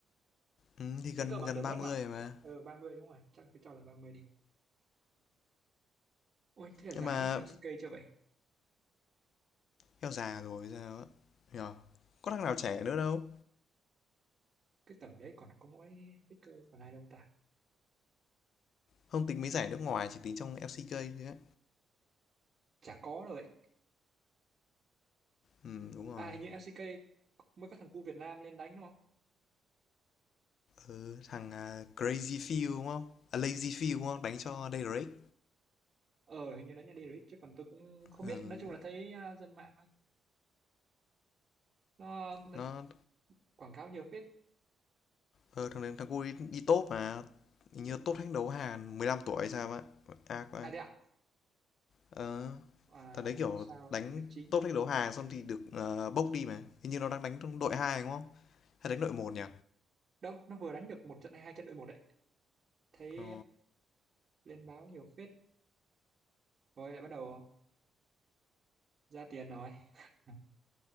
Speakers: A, on the left (about 65°); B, on the right (about 45°).
A: Ừ, thì gần
B: Faker bằng
A: gần
B: tuổi mất
A: 30
B: mà
A: rồi mà.
B: ờ 30 đúng rồi chắc là cái cho là 30 đi ôi thế là dài
A: Nhưng mà
B: nhất LCK chưa vậy
A: eo già rồi sao á. Nhờ. Có thằng nào trẻ nữa đâu.
B: cái tầm đấy còn có mỗi Faker còn ai đâu ta
A: Không tính mấy giải nước ngoài chỉ tính trong LCK thôi á.
B: chả có đâu vậy
A: Ừ đúng rồi.
B: à hình như LCK mới có thằng cu Việt Nam lên đánh đúng không?
A: Ừ, thằng à, Crazy feel đúng không? À, Lazy feel đúng không? Đánh cho Dayrake.
B: ờ hình như đánh nhà đi đấy chứ còn tôi cũng không
A: Ừ,
B: biết nói chung là thấy à, dân mạng nó, nó
A: nó
B: quảng cáo nhiều phết
A: ờ, thằng thằng cu đi, đi top mà. như top thách đấu Hàn 15 tuổi hay sao á. Ác quá.
B: à thế à
A: Ờ,
B: à
A: thằng đấy, kiểu,
B: bảo sao
A: đánh
B: được đánh chính
A: top thách đấu Hàn xong thì được, ờ, bốc đi mà. Hình như nó đang đánh trong đội 2 đúng không? Hay đánh đội một nhỉ?
B: đâu nó vừa đánh được một trận hay hai trận đội một đấy thấy
A: Ờ,
B: lên báo nhiều phết rồi lại bắt đầu ra tiền rồi <laughs>